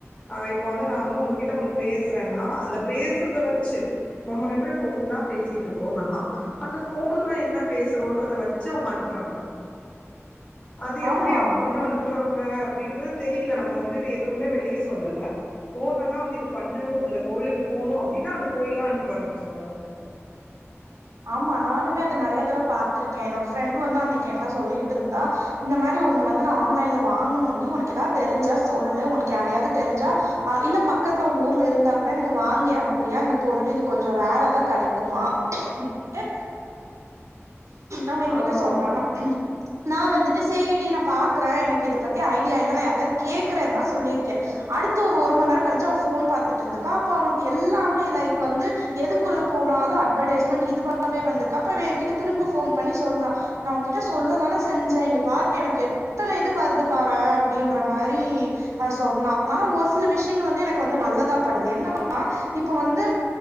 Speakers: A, on the left; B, on the right.
A: ஆ இப்ப வந்து நான் வந்து உங்ககிட்ட ஒண்ணு பேசுறேன்னா அந்த பேசுறத வச்சு நம்ம ரெண்டு பே போன் தான் பேசிட்டு இருக்கோம் நா அந்த போன்ல என்ன பேசுறோன்றத வ ச்சி அவுங்க அனுப்புறாங்க அது எப்டி
B: ஆமா
A: அவுங்க வந்து அனுப் றாங்க அப்டின்றத தெரில நம்ம வந்து எதுவுமே வெளியே சொல்லல போன்லதா வந்து இது பண்ணணும் இந்த கோயிலுக்கு போகணு அப்டின்னா அந்த கோயிலா அனுப்ப ஆரம்பிச்சிடுறாங்க
B: ஆமா நானுமே அதை நிறையதடவ பா்த்திருக்கேன் என்னோட ஃப்ரெண்ட் வந்து அன்னிக்கு என்கிட்ட சொல்லிட்டு இருந்தா இந்த மாரி ஒண்ணு வந்து நான் ஆன்லைன்ல வாங்கனு டீ உனக்கு ஏதாவது தெரிஞ்சா சொல்லு உனக்கு யாரையாது தெரிஞ்சா ஆ இல்ல பக்கத்துல உங்க ஊர்ல இருந்தா கூட எனக்கு வாங்கி அனுப்பறியா இந்த பொருள் இது கொஞ்சம் ரேரா தான் கிடைக்குமா ன்ட்டு அவ என்கிட்ட
A: ஆ
B: சொன்னானா நான் வந்துட்டு சேரிடி நான் பாக்குறே எனக்கு இதை பத்தி ஐடியா இல்ல நான்யாராவது கேக்குறேன்னு தான் சொல்லிருக்கேன் அடுத்து ஒரு ஒரு மணி நேரம் கழிச்சு அவ போன் பார்த்துட்டு இருந்திருக்கா அப்ப அவளுக்கு எல்லாமே லைக் வந்து எதுக்குள்ள போனாலும் அட்வெர்ட்டிஸ்ட்மெண்ட் இதுவாவே வந்திருக்கு அப்போ என் கிட்ட திரும்ப போன் பண்ணி சொல்றா. நான் உகிட்ட சொல்ல தானே செஞ்சேன் இங்க பாரு எனக்கு எத்தன இது வருது பாறேன் அப்டின்ற மாரி அ சொன்னா‌ ஆனா ஒரு சில விஷயங்கள் வந்து எனக்கு வந்து நல்லதா படுது என்னன்னா இப்ப வந்து